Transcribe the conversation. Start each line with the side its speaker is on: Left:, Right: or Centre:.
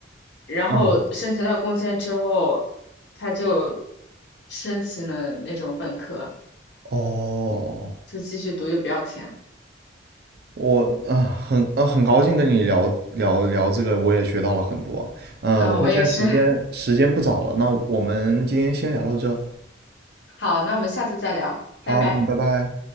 Left: 然后申请到工签之后，
Right: 嗯，
Left: 他就申请了那种本科，
Right: 哦，
Left: 就继续读又不要钱。
Right: 我啊很啊很高兴跟你聊聊聊这个，我也学到了很多。嗯、
Left: 嗯，
Right: 我看现在时间时间不早了，
Left: 我也是。<laughs>
Right: 那我们今天先聊到这。
Left: 好，那我们下次再聊，
Right: 好，
Left: 拜拜。
Right: 嗯拜拜。